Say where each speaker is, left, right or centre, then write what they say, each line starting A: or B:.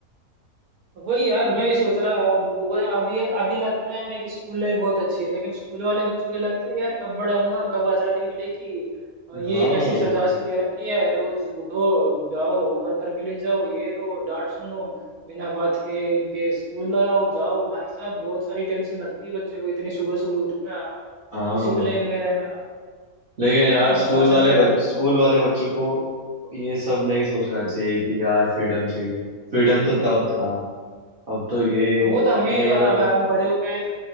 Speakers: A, on the right (about 80°); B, on the right (about 45°).
A: वही यार मैं भी सोच रहा अब वो अभी अभी लगता है मेरी कि स्कूल लाइफ बहुत अच्छी है लेकिन स्कूल वाले बच्चों को लगता है यार कब बड़ा होऊंगा कब आजादी मिलेगी और ये
B: हाँ
A: कैसी सजा सी दे रखी है रोज उठो जाओ होमवर्क करके ले जाओ ये रो डांट सुनो बिना बात के इनके स्कूल लाओ जाओ भाई साहब बहुत सारी टेंशन लगती है बच्चे को इतनी सुबह सुबह उठना
B: हाँ
A: डिसिप्लिन में रहना
B: लेकिन यार
A: है ना
B: स्कूल
A: अनुशासन
B: वाले
A: में
B: बच,
A: रहना
B: स्कूल वाले बच्चों को ये सब नहीं सोचना चाहिए कि यार फ्रीडम चाहिए फ्रीडम तो तब था अब तो ये
A: हाँ, वो तो हमें
B: ये वाला
A: अब हम बड़े हो गए तो